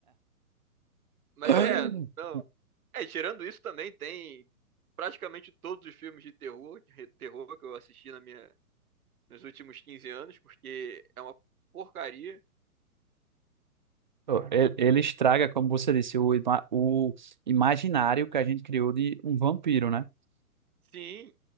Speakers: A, on the right; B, on the right.
A: Mas
B: <gasps>
A: é, não. É, tirando isso também tem praticamente todos os filmes de terror, de re- terror que eu assisti na minha, nos últimos 15 anos, porque é uma porcaria.
B: Oh, e- Ele estraga, como você disse, o, ima- o imaginário que a gente criou de um vampiro, né?
A: Sim,